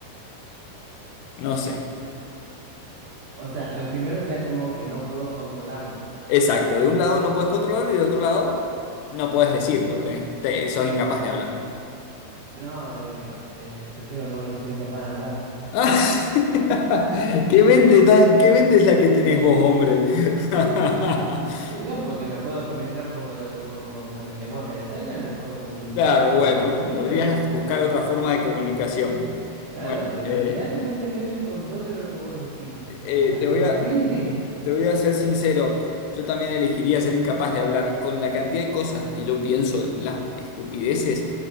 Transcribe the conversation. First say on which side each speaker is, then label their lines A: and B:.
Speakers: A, on the left; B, on the right.
A: No sé.
B: O sea, lo primero sería como que no puedo controlarlo.
A: Exacto, de un lado no puedes controlarlo y del otro lado no puedes decirlo, tenés- te- sos incapaz de hablar.
B: No, eh, a- eh, prefiero no y ser incapaz de hablar.
A: <laughs> ¿Qué mente tan, qué mente es la que tenés vos, hombre? <laughs>
B: Y no, porque me puedo comunicar por, eh, por, por mu- lenguaje de señas, me puedo comunicar
A: Claro,
B: por
A: bueno,
B: escrito,
A: podrías buscar otra forma de comunicación.
B: claro,
A: Bueno,
B: pero imagínate
A: eh,
B: no tener el control de lo que vos decís.
A: eh,
B: O sea,
A: te
B: sería
A: voy a,
B: horrible.
A: te voy a ser sincero, yo también elegiría ser incapaz de hablar con la cantidad de cosas que yo pienso, las estupideces